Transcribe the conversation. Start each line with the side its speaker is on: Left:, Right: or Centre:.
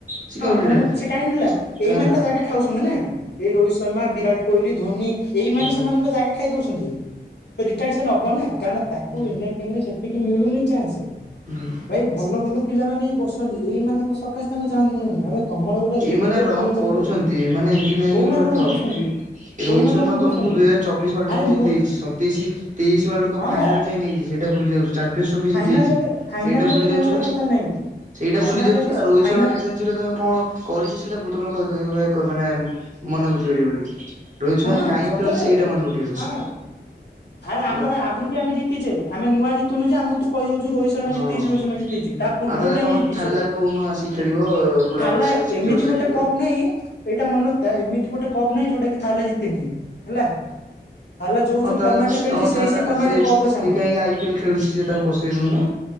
Right: ସେ କାଇଁ
Left: ହଁ
Right: ରିଟର୍ନ
Left: ତ
Right: ନେଲା
Left: ମୁଁ ସେ କାହିଁକି ହେଲା
Right: କାଇଁ
Left: ଏଇମାନେ
Right: ନେଲା
Left: ତ ଜାଗା ଖାଉଛନ୍ତି ନା ଏଇ ରୋହିତ ଶର୍ମା ବିରାଟ କୋହଲି ଧୋନି ଏଇ
Right: ହୁଁ
Left: ମାନେ
Right: ହୁଁ।
Left: ସେମାନଙ୍କ ଜାଗା ଖାଇ ଦଉଛନ୍ତି ରିଟାର୍ ସେ ନବ ନା କାରଣ ତାକୁ
Right: ହୁଁ
Left: ଇଣ୍ଡିଆ ଟିମରେ ସେତିକି ମିଳୁନି ଚାନ୍ସ।
Right: ହୁଁ
Left: ଭାଇ ଭଲ ଭଲ ପିଲାମାନେ ବି ବସନ୍ତି ଏଇମାନଙ୍କ ସକାଶେ ତାଙ୍କୁ ଚାନ୍ସ ମିଳୁନି। ଏବେ ତମର ଗୋଟେ ଲିମିଟରେ
Right: ଏମାନେ ରନ୍
Left: ତମେ ଗୋଟେ
Right: କରୁଛନ୍ତି
Left: ଖେଳ
Right: ଏମାନେ ଏମତି ନାହିକି
Left: କୋଉମାନେ
Right: ପୁରା
Left: ରନ୍
Right: ଠପ୍
Left: କରୁଛନ୍ତି କୋଉମାନେ
Right: ରୋହିତ ଶର୍ମା
Left: ରନ୍ କରୁଛନ୍ତି
Right: ତମକୁ ଦୁଇ ହଜାର ଚବଶ ୱାଲର୍ଡ
Left: ଆରେ
Right: କପ୍ ଜିତେଇଛି
Left: ନୂଆ
Right: ସତେଇଶି ତିରିଶ ୱାର୍ଲଡ କପ୍
Left: ହଁ
Right: ଫାଇନାଲ
Left: ବା
Right: ଯାଇ ନେଇଯା ସେଇଟା ଭୁଲି ଯାଉଛ ଚାମ୍ପିଆନ୍ ଟ୍ରଫି
Left: ଫାଇନାଲ
Right: ଜିତେଇଛି
Left: ଯାକେ ଫାଇନାଲ
Right: ସେଇଟା
Left: ଯାକେ
Right: ଭୁଲି ଯାଉଛ
Left: ନେବାଟା
Right: ବା
Left: କଥା ନାଇଁ
Right: ସେଇଟା
Left: ଫାଇନାଲ
Right: ଭୁଲି ଯାଉଛ
Left: ଯାକେ
Right: ଆଉ
Left: ସେ
Right: ରୋହତ
Left: ଫାଇନା
Right: ଶର୍ମା <unintelligible> ତମେ କଣ କରିଛ ସେଇଟା ତମେ କହିହ ମାନେ ମନେ ବୁଝି ପାରିବ ବୋଲି? ରୋହିତ
Left: ହଁ
Right: ଶର୍ମା କାହିଁକି
Left: ସତରେ।
Right: ଖେଳୁଛି ସେଇଟା ମନେ ପକେଇବ
Left: ହଁ ଆରେ
Right: ହେଲା।
Left: ଆମର ଆଗରୁ ବି ଆମେ ଜିତିଛେ ଆମେ ନୂଆ ଜିତୁ ନୁ ଯେ ଆମକୁ ତୁ କହି ଦ ଯୋଉ ରୋହିତ ଶର୍ମା
Right: ହଁ
Left: ଜିତେଇଛି
Right: ହଁ
Left: ରୋହିତ ଶର୍ମା ଜିତେଇଛି ତା ପୂର୍ବରୁ
Right: ଆଉ ତାହେଲେ
Left: ବି ଆମେ
Right: ତମ
Left: ଜିତିଛେ
Right: ଥାଲାକୁ କହୁନ ଆସିକି ଖେଳିବ ବୁଢା
Left: ଥାଲା
Right: ହବା ଯାଏ ଷାଠିଏ
Left: ଏମିତି
Right: ବର୍ଷ ଯାଏ
Left: ଗୋଟେ
Right: ଖେଳିବ
Left: କପ୍ ନାଇଁ ଏଇଟା ମନରଖିଥା ଏମିତି ଗୋଟେ କପ୍ ନାହିଁ ଯୋଉଟା କି କଥା ହେଲା ଜିତିନି ହେଲା। ଥାଲା ଯୋଉ ଯୋଉ
Right: ହଁ ତାଲେ
Left: ଫର୍ମାଟ ରେ ଖେଳିଛି
Right: ତମ
Left: ସେଇ
Right: ଥାଲା
Left: ସେଇ ଫର୍ମାଟ
Right: ସିଏ
Left: ରେ କପ୍
Right: ସିଏ
Left: ଅଛି ଆମର
Right: କାହିଁକି ଆଇ ପି ଏଲ ଖେଳୁଛି ସି ତାକୁ ବସେଇ ଦଉନ।